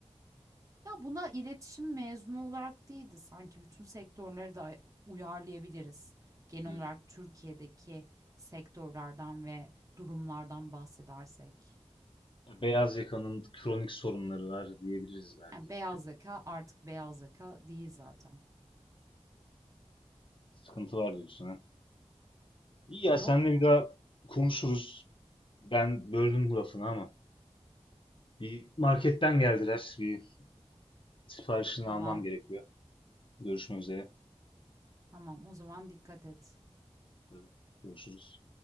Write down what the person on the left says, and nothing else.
Hmm.
Ya Beyaz yakanın kronik sorunları var diyebiliriz belki.
Tüh,
Sıkıntı var diyorsun ha. İyi ya
senle
bir daha konuşuruz. Ben böldüm bu lafını ama. Bir marketten geldiler. Bir siparişini
almam gerekiyor. Görüşmek üzere.
Tabii. Görüşürüz.